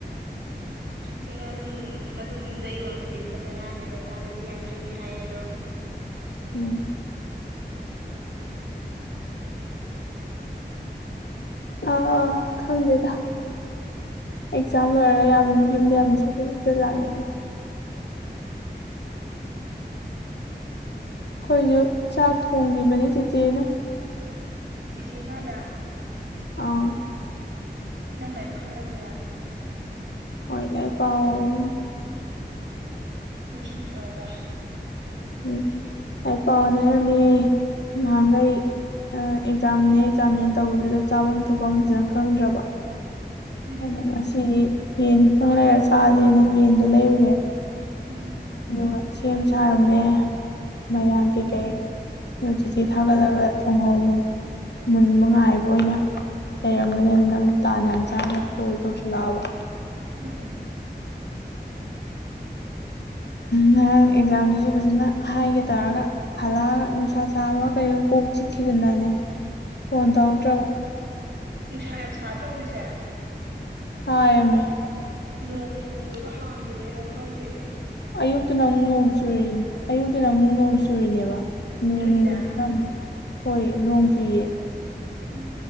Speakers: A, on the right; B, on the left.
A: ꯎꯝ ꯉꯥꯅꯨ ꯃꯔꯨꯝꯗ ꯌꯣꯟꯕꯗꯤ ꯂꯨꯄꯥ ꯇꯔꯥꯅꯦ ꯃꯆꯥꯗꯗꯤ ꯌꯥꯡꯈꯩꯅꯦ ꯍꯥꯏꯌꯦ ꯑꯗꯣ
B: ꯎꯝ ꯑꯥ ꯈꯪꯗꯦꯗ ꯑꯦꯛꯖꯥꯝ ꯂꯣꯏꯔꯒ ꯌꯥꯝ ꯌꯨꯝꯗ ꯌꯥꯝ ꯁꯖ ꯐꯖ ꯂꯥꯛꯅꯤꯡꯉꯤ ꯑꯩꯈꯣꯏꯁꯨ ꯆꯥꯛ ꯊꯣꯡꯈꯤꯕꯅꯤ ꯆꯦꯆꯦꯅ
A: ꯆꯤꯆꯦ ꯀꯗ
B: ꯑꯥ
A: ꯂꯪ ꯂꯩ ꯄꯥꯜꯂꯝꯔꯥ
B: ꯑꯣꯣꯏꯂꯔ ꯄꯥꯎ
A: ꯅꯨꯡꯁꯤꯗ꯭ꯔꯣꯗ
B: ꯎꯝ ꯑꯩ ꯄꯥꯎꯅ ꯍꯥꯏꯔꯝꯃꯤꯌꯦ ꯉꯍꯥꯟꯈꯩ
A: ꯎꯝ
B: ꯑꯦꯛꯖꯥꯝꯅꯦ ꯑꯦꯛꯖꯥꯝꯅꯦ ꯇꯧꯕꯗꯨꯗ ꯆꯥꯐꯝ ꯊꯣꯛꯐꯝ ꯐꯖꯅ ꯈꯪꯗ꯭ꯔꯕ
A: ꯎꯝ
B: ꯑꯗ ꯉꯁꯤꯗꯤ ꯌꯦꯟ ꯈꯤꯇꯪ ꯂꯩꯔ ꯆꯥꯗꯦꯅ ꯌꯦꯟꯗꯣ ꯂꯩꯔꯨꯔꯦ
A: ꯎꯝ
B: ꯑꯗꯨꯒ ꯁꯦꯝ ꯁꯥꯔꯝꯃꯦ ꯃꯌꯥꯟ
A: ꯎꯝ
B: ꯀꯩꯀꯩꯣ ꯆꯤꯆꯤ
A: ꯎꯝ
B: ꯊꯥꯒꯠꯂꯒ ꯊꯣꯡꯍꯧꯕꯅꯤ ꯃꯨꯟꯕ ꯉꯥꯏꯕ ꯑꯣꯏꯅ ꯂꯩꯔꯝꯕꯅꯦ ꯅꯪ ꯇꯥꯟ ꯌꯥꯝ ꯆꯥꯅ ꯀꯣꯜ ꯇꯧꯁꯤꯜꯂꯛꯑꯕ
A: ꯎꯝ ꯎꯝ
B: ꯉꯔꯥꯡ ꯑꯦꯛꯖꯥꯝꯗꯨꯁꯨ ꯐꯖꯅ ꯍꯥꯏꯒꯦ ꯇꯧꯔꯒ ꯍꯜꯂꯥꯒ ꯅꯨꯡꯁꯥ ꯁꯥꯕ ꯀꯩꯣ ꯀꯣꯛ ꯆꯤꯛꯈꯤꯗꯅꯅꯦ ꯐꯣꯟ ꯇꯧꯔꯛꯇ꯭ꯔꯕ
A: ꯎꯝ ꯅꯨꯡꯁꯥ ꯌꯥꯝ ꯁꯥꯗ꯭ꯔꯥ ꯍꯧꯖꯤꯛꯁꯦ
B: ꯍ ꯑꯦꯃꯦ
A: ꯟ- ꯅꯣꯡ ꯆꯨꯔꯒ ꯍꯥꯡꯈꯤꯕꯩꯔꯣꯍꯪꯗꯦ
B: ꯑꯌꯨꯛꯇꯅ ꯑꯃꯨꯛ ꯅꯣꯡ ꯆꯨꯔꯤꯅꯤ ꯑꯌꯨꯛꯇꯨꯅ ꯑꯃꯨꯛ ꯅꯣꯡ ꯆꯨꯔꯤꯅꯦꯕ ꯅꯣꯡ
A: ꯅꯣꯏꯒꯤꯗ
B: ꯅꯨꯡꯗꯨ ꯑꯃꯨꯛ ꯍꯣꯏ ꯅꯣꯡ ꯆꯨꯏ
A: ꯎꯝ